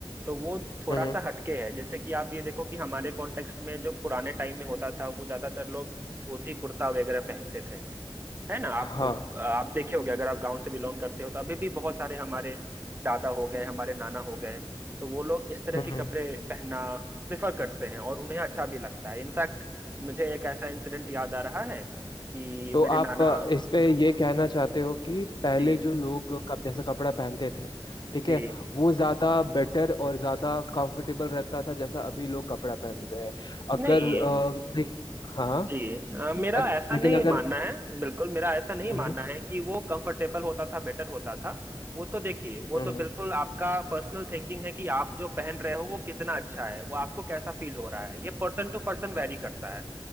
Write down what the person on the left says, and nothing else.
हम्म हम्म,
हाँ
हम्म
तो
आप
अ, इस पे ये कहना चाहते हो कि पहले
जो लोग कप, जैसा कपड़ा पहनते थे ठीक
है वो ज्यादा बेटर और ज्यादा कंफर्टेबल रहता था जैसा अभी लोग कपड़ा पहन रहे हैं
अगर अ, नहीं, हाँ
अग-
लेकिन
अगर
हम्म
हम्म